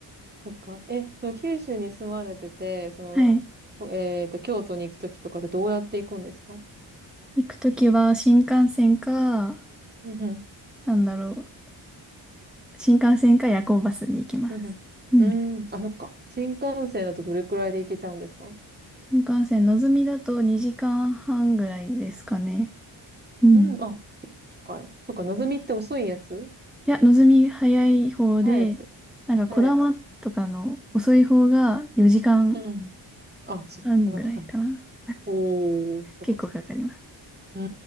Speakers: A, on the right; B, in the centre.
A: そっか。え、その九州に住まれてて、その、
B: はい。
A: ほえっと、京都に行くときとかってどうやって行くんですか
B: 行く時は新幹線か、
A: うんうん。
B: なんだろう、新幹線か夜行バスで行きます。
A: うんう
B: うん
A: ん。うーん。あ、そっか。新幹線だとどれくらいで行けちゃうんですか
B: 新幹線、のぞみだと2時間半ぐらいですかね。うん。
A: うん。あ、近い。そっか。なずみって遅いやつ
B: いや、のぞみ早い方で、
A: 早いやつ。
B: なんか、
A: 早いやつ。
B: こだまとかの遅い方が4時間半ぐらいかな。
A: うん。あ、そっか。そんなかかる。おー。そっか。
B: 結構かかります。
A: そっかうー